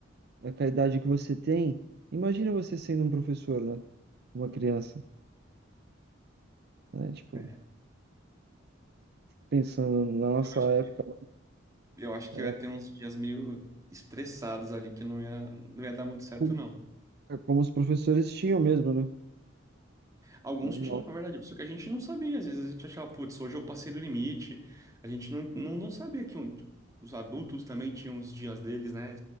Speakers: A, on the right; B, on the right.
A: é, com a idade que você tem, imagina você sendo um professor, né? Uma criança, né? Tipo,
B: É.
A: pensando na nossa
B: Eu acho
A: época,
B: que, eu acho que
A: era
B: eu ia ter uns dias meio estressados ali, que não ia, não ia dar muito certo,
A: como,
B: não.
A: é como os professores tinham mesmo, né?
B: Alguns
A: Normal.
B: tinham, na verdade, só que a gente não sabia. Às vezes a gente achava, putz, hoje eu passei do limite. A gente não, não, não sabia que um- os adultos também tinham os dias deles, né,